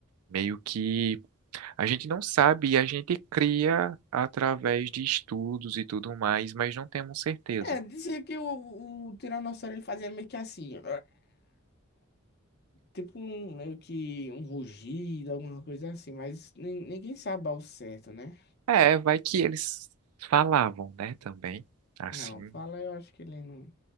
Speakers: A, on the right; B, on the left.
A: Meio que a gente não sabe e a gente cria através de estudos e tudo mais, mas não temos certeza.
B: É, dizia que o, o tiranossauro ele fazia meio que assim. Tipo um, meio que um rugido, alguma coisa assim. Mas nin- ninguém sabe ao certo, né?
A: É, vai que eles falavam, né, também, assim.
B: Não, fala eu acho que ele não.